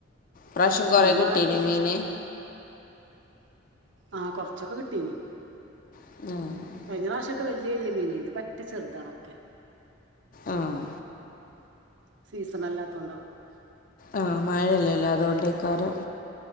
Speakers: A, on the left (about 45°); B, on the right (about 65°).
A: പ്രാവശ്യം
B: ഇന്നും
A: കൊറെ കിട്ടിനോ
B: നാളെയൊക്കെ ഒപ്പിച്ചാ
A: മീന്
B: ആഹ കൊറച്ചൊക്കെ കിട്ടീന്
A: ആഹ്
B: കഴിഞ്ഞാപ്രാവിശ്യൊക്കെ വല്യ വല്യ മീനെനി ഇത് പറ്റെ ചെറുതാണൊക്കെ
A: ആഹ്
B: സീസൺ അല്ലാത്തോണ്ടാവും
A: ആഹ മഴെലല്ലേ അതോണ്ടാകാരം